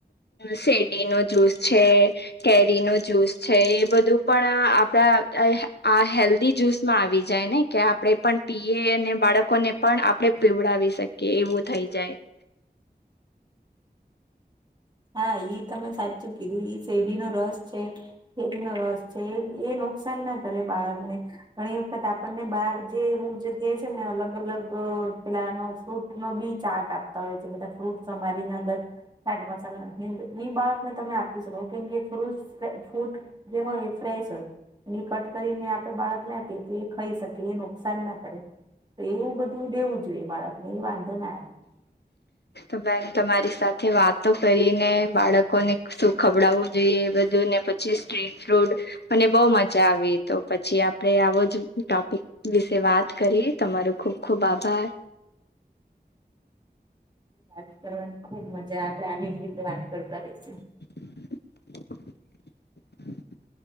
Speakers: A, on the left; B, on the right.
A: શેરડી નો જુસ છે. કેરીનો જ્યુસ છે. એ બધું પણ આપ એ આ હેલ્દી જ્યુસ આવી જાય ને કે આપણે પણ પીએ અને બાળકોને પણ આપડે પીવડાવી શકીએ એવું થઈ જાય.
B: હા ઈ તમે સાચું કીધું ઇ શેરડીનો રસ છે. કેરીનો રસ છે, એ એ નુકસાન ના કરે બાળકને ઘણી વખત આ આપણને બહાર જે અમુક જગ્યાએ છે ને અલગ અલગ પેલા નો ફ્રૂટ નો બી ચાટ આપ હવે તો બધા ફ્રૂટ સમારી ને અંદર <unintelligible> <inaudible> <inaudible> બાળકને તમે આપી શકો કેમ કે ફ્રૂટ ફૂટ જે હોય એ ફ્રેશ હોય. ઇ કટ કરીને આપે બાળકને આપીએ તો એ ખઈ શકી એ નુકસાન ના કરે. તો એવું બધું દેવું જોઈએ બાળકને એ વાંધો ના આવે.
A: તો બેન તમારી સાથે વાતો કરીને બાળકોને શું ખવડાવવું જોઈએ એ બધુંને પછી સ્ટ્રીટ ફ્રૂટ અને બહુ મજા આવી તો પછી આ આપણે આવો જ ટોપિક વિશે વાત કરીએ તમારો ખૂબ ખૂબ આભાર.
B: વાત કરવાની ખુબ મજા આપડે આવી જ રીતે વાત કરતા રહીશું.
A: <inaudible> <inaudible>